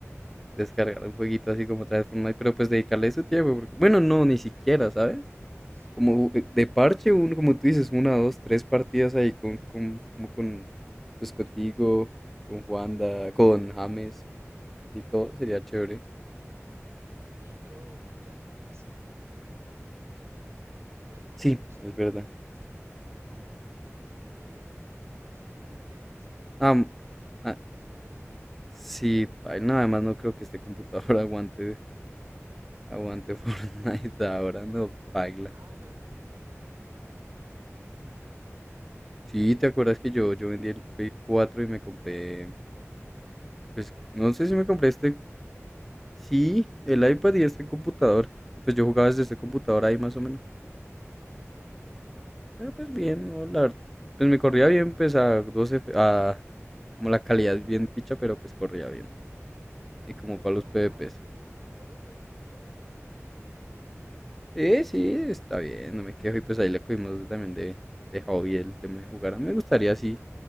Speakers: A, in the centre; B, on the right (about 65°).
A: descargar un jueguito así como otra vez Fortnite, pero pues dedicarle su tiempo. Porque... Bueno, no, ni siquiera, ¿sabes?
B: Sí,
A: Como eh, de parche, uno, como tú dices, una, dos, tres partidas ahí con, con, como con, pues contigo, con Juanda, con James, así todo, sería chévere.
B: sí, pero uf, ya es difícil. Pues porque,
A: Sí,
B: no sé,
A: es verdad.
B: la universidad, eh, sí, pues, que no, si no,
A: Am-
B: si uno no está en el gimnasio
A: ah,
B: y así.
A: sí, ay, no, además no creo que este computador <laughs> aguante Aguante
B: <laughs>
A: <laughs> Fortnite ahora, no paila.
B: Ah, o sea, ustedes perdieron, ¿tú vendiste Play?
A: Sí, ¿te acuerdas que yo, yo vendí el Play 4 y me compré,
B: Mm,
A: pues
B: el iPad.
A: no sé si me compré este, sí, el iPad y este computador. Y pues yo jugaba desde este computador ahí más o menos.
B: Sí,
A: Pero pues
B: sí,
A: bien,
B: ya me
A: no,
B: acordé,
A: la ver-
B: ya me acordé.
A: pues me corría bien, pues a 12, f- a como la calidad es bien picha, pero pues corría bien. Ahí
B: No,
A: como para los PvPs.
B: andaba bien. Yo cuando jugué en el computador andaba bien.
A: Sí, sí, está bien, no me quejo. Y pues ahí le cogimos también de, de hobby el tema de jugar. A mí me gustaría así